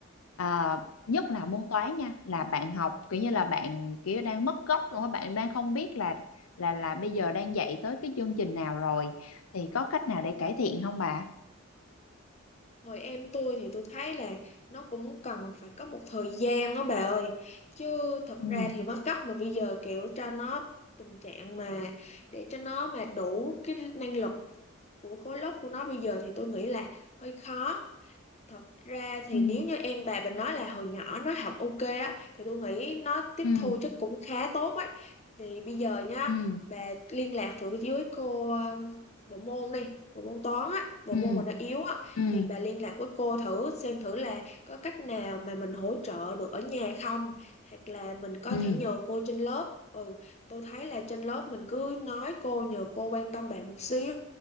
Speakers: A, on the left; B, on the left.
A: À, nhất là môn toán nha là bạn học kiểu như là bạn kiểu đang mất gốc luôn á bạn đang không biết là là là bây giờ đang dạy tới cái chương trình nào rồi thì có cách nào để
B: ừ
A: cải thiện không bà
B: Hồi em tôi thì tôi thấy là nó cũng cần phải có một thời gian đó bà ơi. Chứ thật
A: ừ
B: ra thì mất cấp mà bây giờ kiểu cho nó tình trạng mà để cho nó mà đủ cái năng lực của khối lớp của nó bây giờ thì tôi nghĩ là hơi khó. Thật ra thì
A: ừ
B: nếu như em bà mình nói là hồi nhỏ nó học ok á thì tôi nghĩ nó tiếp
A: ừ
B: thu chắc cũng khá tốt ấy. Thì bây giờ nhá,
A: ừ
B: bà liên lạc thử với cô um, bộ môn đi, bộ môn toán á, bộ
A: ừ
B: môn mà nó yếu á
A: ừ ừ
B: thì bà liên lạc với cô thử xem thử là có cách nào mà mình hỗ trợ được ở nhà không hoặc là mình có
A: ừ.
B: thể nhờ cô trên lớp. Ừ, tôi thấy là trên lớp mình cứ nói cô nhờ cô quan tâm bạn một xíu.